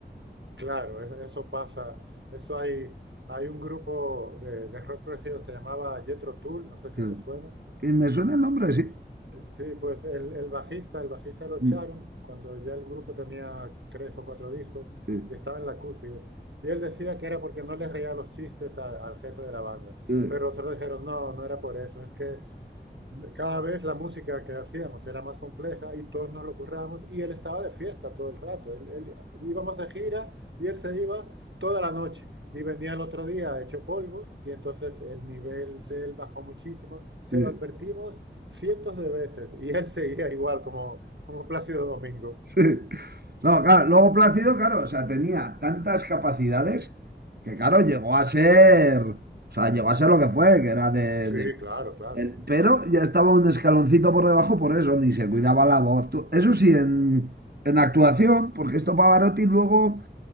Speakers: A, on the right; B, on the right.
A: Claro, es- eso pasa. Eso hay, hay un grupo de, de rock progresivo que se llamaba Jethro Tull, no sé si
B: <laughs>
A: te suena.
B: Y me suena el nombre, sí.
A: Eh, Sí, pues el, el bajista, el bajista lo echaron
B: Mm,
A: cuando ya el grupo tenía tres o cuatro discos
B: Sí.
A: y estaba en la cúspide. Y él decía que era porque no les reía los chistes al, al jefe de la banda.
B: <laughs>
A: Pero otros dijeron, no, no era por eso, es que cada vez la música que hacíamos era más compleja y todos nos lo currábamos y él estaba de fiesta todo el rato. Él, él- íbamos de gira y él se iba toda la noche y venía el otro día hecho polvo y entonces el nivel de él bajó muchísimo. Se
B: Sí.
A: lo advertimos cientos de veces y él seguía igual como, como Plácido Domingo.
B: Sí. No, claro, luego Plácido, claro, o sea, tenía tantas capacidades que, claro, llegó a ser, o sea, llegó a ser lo que fue, que era de,
A: Sí,
B: de
A: claro, claro.
B: El- pero ya estaba un escaloncito por debajo por eso, ni se cuidaba la voz. Tú- Eso sí, en, en actuación, porque esto Pavarotti luego